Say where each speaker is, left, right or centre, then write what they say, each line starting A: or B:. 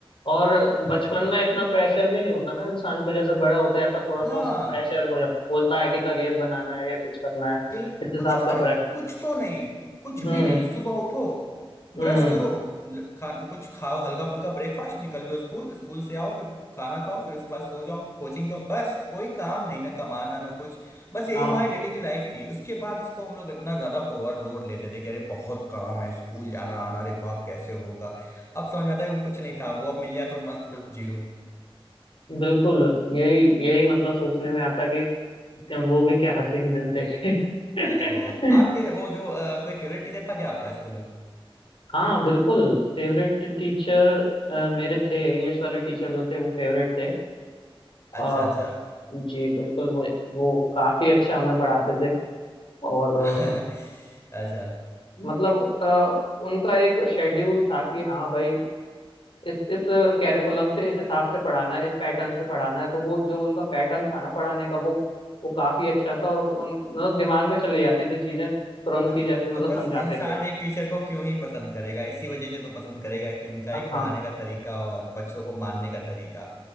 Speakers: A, on the left (about 65°); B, on the left (about 30°).
A: और
B: अम्म,
A: बचपन में इतना प्रेशर भी नहीं होता ना इंसान पे जैसे बड़ा होता जाता है, थोड़ा
B: हाँ
A: सा उसका प्रेशर हो जाता होता है कि करियर बनाना है या कुछ करना है
B: बिल
A: इस हिसाब
B: कुछ
A: का
B: अरे
A: प्रेशर
B: कुछ तो नहीं कुछ
A: हम्म
B: भी नहीं सुबह उठो
A: हम्म
B: ब्रश करो ल- खा कुछ खाओ हल्का फुल्का ब्रेकफास्ट निकल लो स्कूल स्कूल से आओ फिर खाना खाओ फिर उसके बाद सो जाओ कोचिंग जाओ बस कोई काम नहीं ना कमाना ना कुछ बस यही
A: हाँ
B: हमारी डेली की लाइफ थी उसके बाद इसको हम लोग इतना ज्यादा ओवरलोड लेते थे कि अरे बहुत काम है स्कूल जाना आना अरे बाप कैसे होगा अब समझ में आता है वो कुछ नहीं था वो अब मिल जाए तो मस्त जी लूं
A: बिल्कुल यही यही मतलब सोचने में आता कि क्या- वो भी क्या हसीन दिन थे <laughs>
B: अरे बहुत आपके वो जो अ, कोई फेवरेट टीचर था क्या आपका स्कूल में
A: हाँ बिल्कुल फेवरेट टीचर मेरे थे इंग्लिश वाले टीचर जो थे वो फेवरेट थे
B: अच्छा
A: अ,
B: अच्छा
A: जी बिल्कुल वो वो काफी अच्छा हमें पढ़ाते थे और
B: <laughs>
A: अ,
B: अच्छा
A: मतलब अ, उनका एक शेड्यूल था कि हाँ भाई इस इस कैरिकुलम से इस हिसाब से पढ़ाना है इस पैटर्न से पढ़ाना है तो वो जो उनका पैटर्न था ना पढ़ाने का वो वो काफी अच्छा था और उन मतलब दिमाग में चली जाती थी चीजें तुरंत
B: आह,
A: ही जैसे मतलब
B: तो बस
A: समझाते
B: इंसान
A: थे
B: एक टीचर को क्यों ही पसंद करेगा इसी वजह से तो पसंद करेगा कि उनका
A: हाँ
B: एक पढ़ाने का तरीका और बच्चों को मानने का तरीका